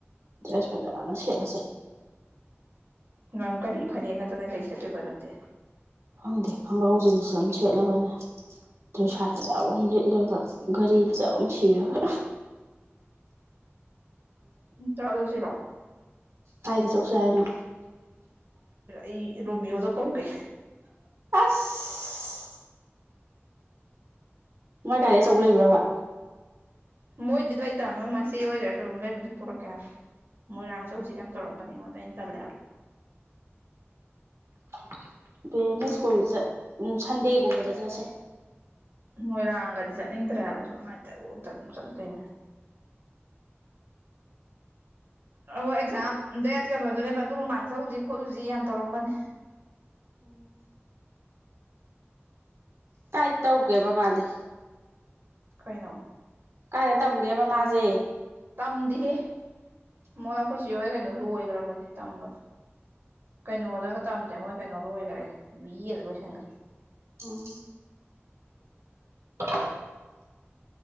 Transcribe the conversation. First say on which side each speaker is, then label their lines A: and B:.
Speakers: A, on the right; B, on the right.
A: ꯗ꯭ꯔꯦꯁ ꯐꯖꯅ ꯁꯤꯠꯂꯁꯔꯦ
B: ꯅꯪ ꯀꯔꯤ ꯐꯅꯦꯛ ꯅꯠꯇꯅ ꯀꯔꯤ ꯁꯦꯠꯇꯣꯏꯕ ꯅꯪꯗꯤꯦ
A: ꯈꯪꯗꯦ ꯈꯣꯡꯒ꯭ꯔꯥꯎ ꯖꯤꯟꯁ ꯑꯃ ꯁꯦꯠꯂꯕꯅꯦ ꯗ꯭ꯔꯦ ꯁꯥꯥꯠ ꯐꯖꯕ ꯑꯃ ꯂꯤꯠꯂꯒ ꯒꯥꯔꯤ ꯐꯖ ꯑꯃ ꯁꯤꯔꯒ
B: ꯆꯂꯣ ꯁꯤꯔꯣ
A: ꯀꯗꯦ ꯆꯧꯁꯦ ꯍꯥꯏꯅꯣ
B: ꯑꯩ ꯔꯣꯃꯤꯌꯣꯗꯣ ꯀꯧꯒꯦ
A: ꯑꯁ ꯃꯥꯏ ꯒꯥꯔꯤ ꯑꯆꯧꯕ ꯂꯩꯕ꯭ꯔꯕ
B: ꯃꯣꯏꯗꯤ ꯂꯩꯇꯥꯔꯅꯤ ꯃꯣꯏ ꯃꯆꯦ ꯑꯣꯏꯒꯦꯔꯥ ꯀꯩꯅꯣꯝ ꯂꯩꯕꯅꯤ ꯄꯔꯛꯀꯦ ꯍꯥꯏꯕ ꯃꯣꯏꯔꯥꯡ ꯆꯧꯁꯤꯦ ꯀꯌꯥꯝ ꯇꯧꯔꯝꯕꯅꯤꯉꯣꯟꯗ ꯑꯩꯅ ꯇꯜꯂꯦꯕ
A: <inaudible> ꯄ ꯑꯦꯝ ꯑꯦ ꯁ꯭ꯀꯨꯜꯠ ꯁꯟꯗꯦꯒꯨꯝꯕꯗ ꯆꯠꯁꯦ
B: ꯃꯣꯏꯔꯥꯡꯒꯗꯤ ꯆꯠꯅꯤꯡꯗ꯭ꯔꯦ ꯍꯥꯏꯕꯁꯨ ꯑꯗꯨꯃꯥꯏꯅ ꯇꯧ ꯎ ꯑꯗꯨꯝ ꯆꯠꯣꯏ ꯑꯣ ꯑꯦꯛꯖꯥꯝ ꯗꯦꯠ ꯀꯩꯅꯣꯗꯨꯅꯦꯕ ꯑꯗꯨꯒ ꯃꯃꯥꯡ ꯆꯂꯨꯁꯤ ꯈꯣꯠꯂꯨꯁꯤ ꯌꯥꯝ ꯇꯧꯔꯝꯕꯅꯦ
A: ꯎꯝ ꯀꯥꯏ ꯇꯧꯒꯦꯕ ꯃꯥꯗꯤ
B: ꯀꯩꯅꯣ
A: ꯀꯥꯏꯗ ꯇꯝꯒꯦꯕ ꯃꯥꯁꯦ
B: ꯇꯝꯗꯤꯍꯦ ꯃꯣꯏ
A: ꯎꯝ
B: ꯑꯩꯈꯣꯏꯁꯨꯦ ꯍ ꯀꯩꯅꯣ ꯂꯣꯏꯈ꯭ꯔꯕꯅꯤ ꯇꯝꯕ ꯀꯩꯅꯣꯗꯒ ꯇꯝꯗꯦ ꯃꯣꯏ ꯀꯩꯅꯣ ꯂꯣꯏꯈꯔꯦ ꯕꯤꯗ ꯂꯣꯏꯁꯤꯟꯈ꯭ꯔꯦ
A: ꯑꯣ
B: <inaudible>
A: <inaudible> <inaudible>